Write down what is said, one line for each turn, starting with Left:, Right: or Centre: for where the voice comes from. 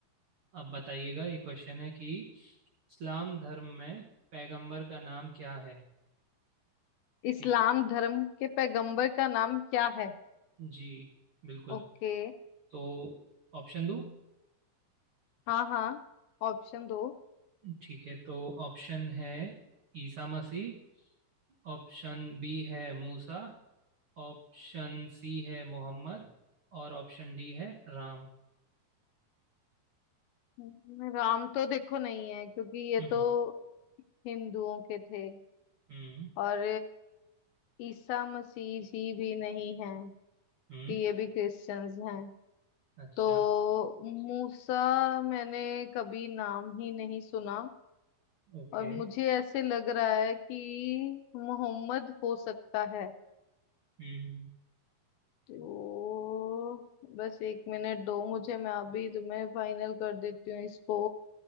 Right: अब बताइएगा ये क्वेश्चन है कि इस्लाम धर्म में पैगंबर का नाम क्या है
Left: इस्लाम
Right: ठीक
Left: धर्म के पैगंबर का नाम क्या है
Right: है जी बिल्कुल
Left: ओके
Right: तो ऑप्शन दो
Left: हाँ हाँ ऑप्शन दो
Right: ठीक है तो ऑप्शन है ईसा मसीह ऑप्शन बी है मूसा ऑप्शन सी है मोहम्मद और ऑप्शन डी है राम
Left: हम्म, राम तो देखो नहीं है क्योंकि ये
Right: हम्म
Left: तो हिंदुओं के थे
Right: हम्म
Left: और ईसा मसीह जी भी नहीं है
Right: हम्म
Left: कि ये भी क्रिश्चियंस हैं
Right: अच्छा
Left: तो मूसा मैंने कभी नाम ही नहीं सुना
Right: ओके
Left: और मुझे ऐसे लग रहा है कि मोहम्मद हो सकता है
Right: हम्म
Left: तो बस एक मिनट दो मुझे मैं अभी तुम्हें फाइनल कर देती हूँ इसको